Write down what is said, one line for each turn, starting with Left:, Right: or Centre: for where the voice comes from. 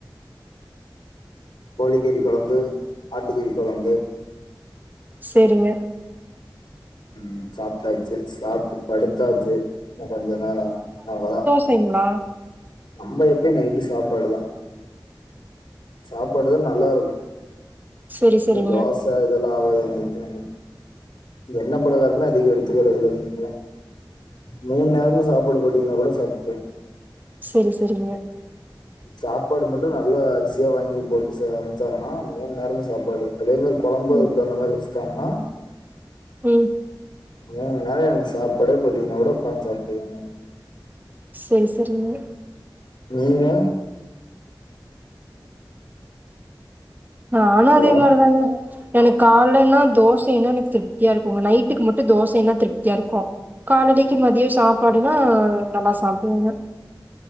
Left: கோழிக்கறி கொழம்பு ஆட்டுக்கறி கொழம்பு
Right: சேரிங்க
Left: ம் சாப்ட்டாச்சு சாப்ட்டு படுத்தாச்சு இன்னு கொஞ்ச நேரோ அவ்ளோதா
Right: டைங்களா
Left: நம்ம எப்பயு நைட்டு சாப்பாடுதா சாப்பாடுதா நல்லாருக்கு
Right: சரி
Left: இந்த
Right: சரிங்க.
Left: தோச இதல்லா ஆவாது நைட்டு நமக்கு எண்ண பலகாரமே அதிகொ எடுத்துக்குறது இல்ல இங்குட்லா மூண் நேரமு சாப்பாடு போட்டிங்கனா கூட சாப்ட்ருவே
Right: செரி செரிங்க
Left: சாப்பாடு மட்டு நல்ல அரிசியா வாங்கி போட்டு சமச்சாங்கன்னா மூண் நேரமு சாப்பாடு அதே மாரி கொழம்பு
Right: ம்
Left: அதுக் தகுந்த மாரி வஸ்ட்டாங்கனா
Right: ம்
Left: மூண் நேரோ எனக்கு சாப்பாடே போட்டீங்னா கூட உக்காந்து சாப்டுவே நானு
Right: செரி செரிங்க
Left: நீங்க
Right: நானு
Left: ஹலோ
Right: அதே மாரிதாங்க எனக்கு கால்லன்னா தோசைன்னா எனக்கு திருப்தியா இருக்குங்க நைட்டுக்கு மட்டு தோசைன்னா திருப்தியா இருக்கு காலலைக்கு மதியொ சாப்பாடுனா நல்லா சாப்டுவங்க